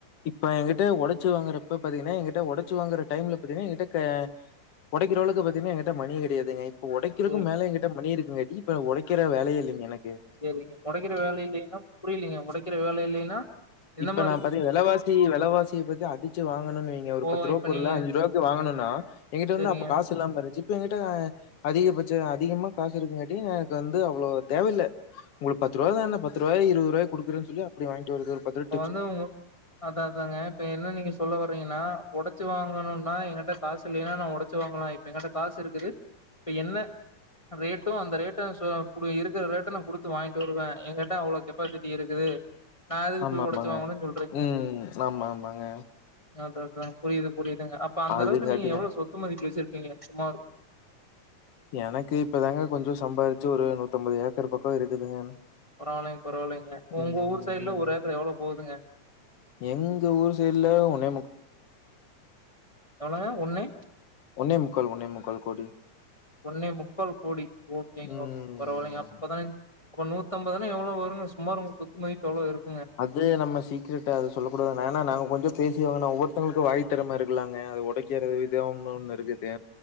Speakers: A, on the left; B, on the left.
A: ப்போ எகிட்ட ஒடச்சு வாங்குறப்ப பாத்தீங்கன்னா எகிட்ட ஒடச்சு வாங்குற டைமில பாத்தீங்கன்னா எகிட்ட க ஒடைக்கிறளவுக்கு பாத்தீங்கன்னா எங்கிட்ட மணி கெடையாதுங்க இப்போ ஒடைக்கிறக்கும்
B: சரிங்க,
A: மேல எங்கிட்ட மணி இருக்குங்காட்டி ப்ப ஒடைக்கிற வேலயே இல்லைங்க எனக்
B: சேரிங்க ஒடக்கிற வேல இல்லைன்னா புரியலீங்க ஒடக்குற வேல இல்லைன்னா என்ன
A: இப்ப
B: ம்
A: நா பதி வெலவாசி வெலவாசிய பத்தி அடிச்சு வாங்கணு வைங்க ஒரு
B: ஓ
A: பத்து ரூவா
B: இப்ப
A: பொருள
B: நீங்க
A: அஞ்சு ரூவாக்கு வாங்கணுன்னா எங்கிட்ட
B: சரிங்க
A: வந்து அப்ப காசுல்லாம இருந்ச்சு எங்கிட்ட அதிகபட்ச அதிகமா காசு இருக்குங்காட்டி எனக்கு வந்து அவ்ளோ தேவயில்ல உங்களுக்கு பத்து ரூவா தான பத்து ரூவாய்க்கு இருவது ரூவாய குடுக்குறேன்னு சொல்லி அப்டி வாங்கி இவருக்கு ஒரு பத்துரு
B: இதாவுங்க அதா அதாங்க இப்ப என்ன நீங்க சொல்ல வர்றீங்கன்னா ஒடச்சு வாங்கணுன்னா எங்கிட்ட காசு இல்லைன்னா நா ஒடச்சு வாங்கலா இப்ப எங்கிட்ட காசு இருக்குது இப்ப என்ன ரேட்டு அந்த ரேட்ட சொல்ல குடிய இருக்கிற ரேட்ட நா குடுத்து வாங்கிட்டு வருவே என்கிட்ட அவ்ளோ கெப்பாசிட்டி இருக்குது நான் எதுக்கு
A: ஆமா
B: போய்
A: ஆமாங்க
B: உடைச்சு வாங்கணும்னு சொல்றீங்க
A: உம் ஆமா ஆமாங்க
B: அதா தா எனக் புரிது புரிது ங்க அப்ப அந்தளவுக்கு
A: அதுங்காட்டி
B: நீங்க எவ்ளோ சொத்து மதிப்பு வச்சிர் நீங்க சுமார்
A: எனக்கு இப்பதாங்க கொஞ்ச சம்பாரிச்சு ஒரு நூத்தம்பது ஏக்கர் பக்க இருக்குதுங்க
B: பரவாலைங் பரவாலைங்க உங்க
A: ம்.
B: ஊர் சைடுல ஒரு ஏக்கர் எவ்ளோ போகுதுங்க
A: எங்க ஊர் சைடுல ஒன்னே முக்
B: எவ்ளங்க ஒண்ணே
A: ஒண்ணே முக்கால் ஒண்ணே முக்கால் கோடி
B: ஒண்ணே முக்கால் கோடி ஓகேங்க
A: ம்.
B: ஓ பரவாலைங்க அப்ப பதினஞ் அப்ப நூத்தம்பதுனா எவ்வளோ வருங்க சுமார் உங்க சொத்து மதிப்பு எவ்ளோ இருக்
A: அது நம்ம சீக்ரெட் அது சொல்ல கூடாது ஏன்னா நாங்க கொஞ்ச பேசிவாங்கன ஒவ்வொருத்தங்களுக்கு வாய் திறம இருக்குல்லங்க அது ஒடைக்கிற விதம்னு ஒன்னு இருக்குது